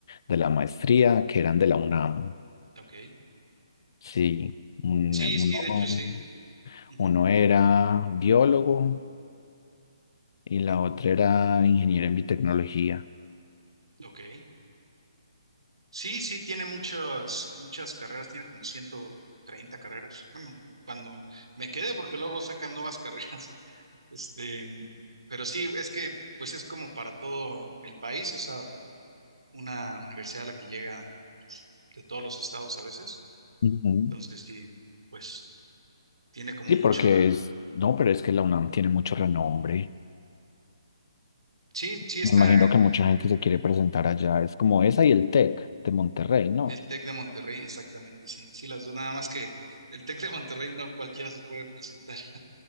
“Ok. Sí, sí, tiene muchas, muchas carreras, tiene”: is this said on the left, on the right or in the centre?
Right